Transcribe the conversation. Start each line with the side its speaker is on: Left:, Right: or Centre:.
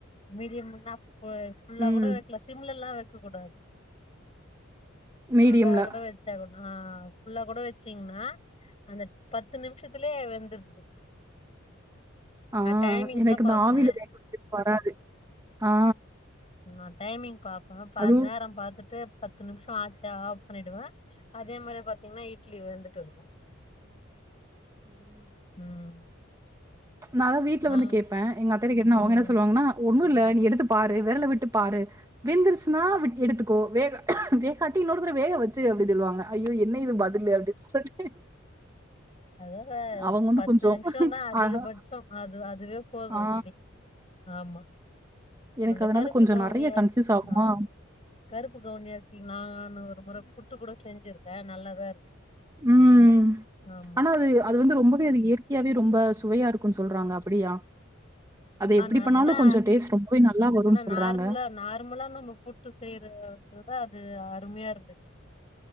Left: மீடியம் முன்னா ஃபு ஃபுல்லா
Right: ம்
Left: கூட வெக்லா சிம்லல்லா வெக்கக் கூடாது ஃபுல்லா
Right: மீடியம்ல.
Left: குட வெச்சாக்குட ஆ ஃபுல்லா கூட வெச்சீங்ன்னா அந்த பத்து நிம்ஷத்லே வெந்துர்து
Right: <inaudible> ஆ
Left: டைமிங்
Right: எனக்கு
Left: தா
Right: இந்த
Left: பாப்பே
Right: ஆவில வேக வெக்றது வராது ஆ
Left: நா டைமிங் பாப்பே பாத்துனு
Right: அதுவும்
Left: நேரம் பாத்துட்டு பத்து நிமிஷொ ஆச்சு ஆஃப் பண்ணிடுவே அதே மாரி பாத்தீங்கன்னா இட்லி வெந்துட்டு இருக்கு ம்
Right: நா அதா வீட்ல
Left: நா
Right: வந்து கேப்பே எங்க அத்தட்ட கேட்டேனா அவுங்க
Left: ம்
Right: என்ன சொல்லுவாங்கன்னா ஒண்ணு இல்ல நீ எடுத்து பாரு விரல விட்டு பாரு வெந்துருச்சுன்னா எடுத்துக்கோ வேக கட்டி இன்னொருத்தற வேக வச்சு அப்டினு சொல்லுவாங்க ஐயோ என்ன இது பதிலு அப்டின்னு சொல்லிட்டு
Left: அதா அ
Right: அவங்க வந்து
Left: பத்து
Right: கொஞ்சம்
Left: நிம்ஷோ தா அதிக
Right: ஆஹா
Left: பட்ச்சோ அது அதுவே போது
Right: ஆ
Left: இட்லி ஆமா
Right: எனக்கு
Left: அந்த
Right: அதனால
Left: கருப்பு
Right: கொஞ்சம்
Left: கவுனியரிசி
Right: நெறைய கன்ஃப்யூஸ் ஆகுமா?
Left: ஆ கருப்பு கவுனியரிசி நானு ஒரு முறை புட்டு கூட செஞ்சிருக்கே நல்லாதா இருக்கு
Right: ம்
Left: ஆமா
Right: ஆனா அது அது வந்து ரொம்பவே அது இயற்கையாவே ரொம்ப சுவையா இருக் கு சொல்றாங்க அப்டியா அது எப்டி
Left: ஆனா
Right: பண்ணாலு
Left: ஆனா
Right: கொஞ்ச டேஸ்ட் ரொம்பவே நல்லா வரும்ன்னு
Left: ஆனா
Right: சொல்றாங்க.
Left: நார்மலா நார்மலா நம்ம புட்டு செய்யறதவிட அது அருமையா இருந்துச்சு